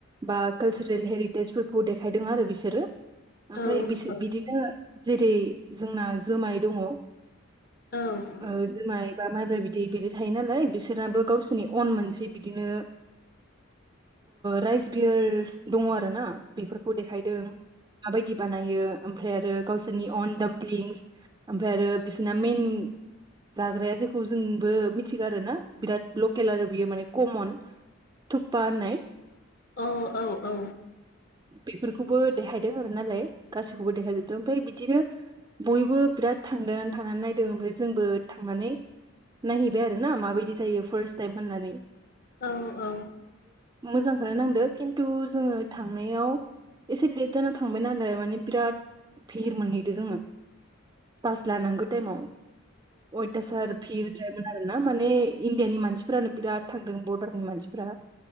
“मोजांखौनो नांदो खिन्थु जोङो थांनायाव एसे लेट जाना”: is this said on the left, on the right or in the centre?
Right